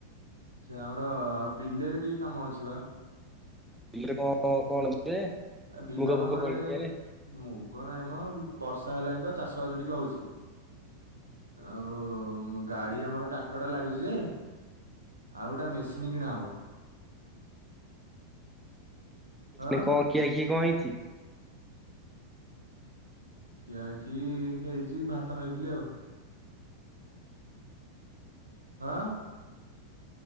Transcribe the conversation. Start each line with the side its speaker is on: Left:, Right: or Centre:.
Right: ସେ ଆମର ଆ ବିଲରେ ଟିକେ କାମ ଅଛି ବା
Centre: ରେ କ କଣ? ଯେ
Right: ଆ ବିଲ
Centre: ମୁଗ ଫୁଗ
Right: କାମ ଏ
Centre: ପଡିକିଆରେ
Right: ଟିକେ ମୁଗ ନାଇଁ ମ ବଷା ହେଲାଣି ତ ଚାଷ ବସ୍ ଟିକେ ହୋଉଛି। ସୁ ଗାଡି ଆମର ଟ୍ରାକ୍ଟର ଟା ଲାଗୁଚି ଯେ ଆଉ ଗୋଟେ ମେସିନ୍ କିଣା ହବ। ହଁ
Centre: ନାଇ କ କି ଆ କି କଣ ହେଇଛି?
Right: ଖିଆ ଖି ହେଇଛି ଭାତ ଖାଇଥିଲି ଆଉ। ହଁ।